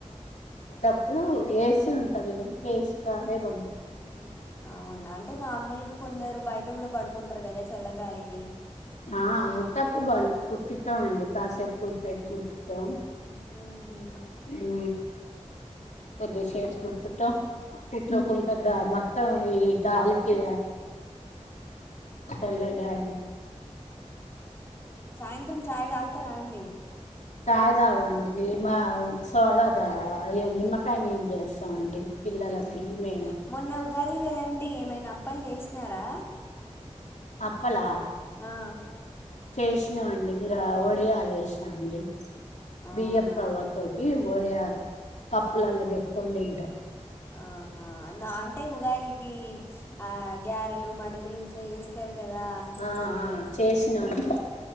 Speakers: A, on the left; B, on the left.
A: ఇప్పుడు ఏసి ఉంటది ఏసీలోనే పండుకుంటాం
B: అవునా అంటే నార్మల్ గా కొందరు బయట కూడా పడుకుంటారు కదా చల్లగాలికి
A: ఆ ఉత్తప్పు బం కూర్చుంటాం అండి కాసేపు కూర్సేపు కూర్చుంటాం
B: ఉహు
A: ఉ కొద్దిసేపు కూర్చుంటాం కూర్చోకుంటా మొత్తం ఈ గాలికి చల్ల గాలి
B: సాయంత్రం చాయ్ తాగుతారా అండి
A: చాయ తాగండి మా సోడా తా ఏంది నిమ్మకాయ నీళ్లు చేస్తామండి పిల్లలకి
B: ఉహు
A: మేము
B: మొన్న ఉగాది కదండి ఏమైనా అప్పలు చేసినారా
A: అప్పల
B: ఆ
A: చేసినామండి ఇ వడియాల చేసినాండి
B: అవునా
A: బియ్య పవాటోకి ఒడియాలు పప్పులల్లా పెట్టుకొని తింటాం
B: ఆహా అంటే ఉగాదికి ఆ గారెలు మడుగులు ఇట్లా చేస్తారు కదా
A: ఆ
B: కొందరు
A: ఆ చేసిన మండి